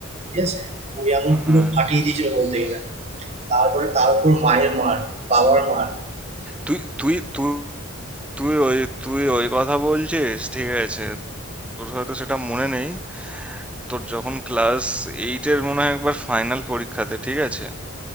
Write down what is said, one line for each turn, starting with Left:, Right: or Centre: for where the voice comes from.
Right: ঠিক আছে কুড়ি আঙুল পুরো
Centre: হ্যাঁ
Right: ফাটিয়ে দিয়েছিল বলতে গেলে তারপরে তার উপর মায়ের মার বাবার মার
Centre: তুই তুই তুই তুই ওই তুই ওই কথা বলছিস ঠিক আছে তোর হয়তো সেটা মনে নেই তোর যখন ক্লাস এইটের মনে হয় একবার ফাইনাল পরীক্ষাতে ঠিক আছে